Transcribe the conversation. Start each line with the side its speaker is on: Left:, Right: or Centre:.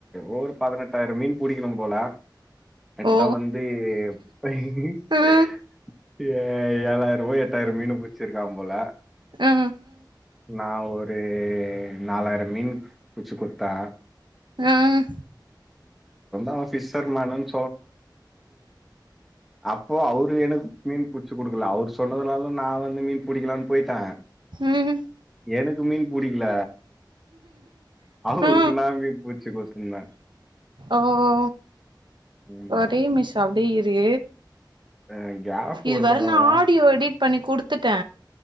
Centre: ஓவொரு பதுனெட்டாயிர மீன் புடிக்கிணு போல இப்பதா
Right: ஓ
Centre: வந்து <unintelligible>
Right: ஆ
Centre: ஏ ஏழாய்ர் போய் எட்டாய்ர மீனு புட்ச்சிர் கா போல
Right: ஆ
Centre: நா ஒர் ரு நாலாயர மீன் புச்சு குத்தா
Right: ம்
Centre: அவன் ஃபிஷர் மேனுன்னு அப் ஓ அவரு எனுக் மீன் புடு குடுக்கல அவரு சொன்னதுனால நா வந்து மீன் புடிக்கலான்னு போயிட்ட
Right: ம்
Centre: எனுக்கு மீன் புடிக்ல அவருக்கு
Right: ஆ
Centre: நா மீன் புடுச் குடுத்ந்த
Right: ஓ ஓ
Centre: ம்.
Right: ஒரே மிஷா அப்டியே இரு
Centre: அ கேப்
Right: இதுவர
Centre: விடக்கூடாதாம்.
Right: நா ஆடியோ எடிட் பண்ணி குடுத்துட்ட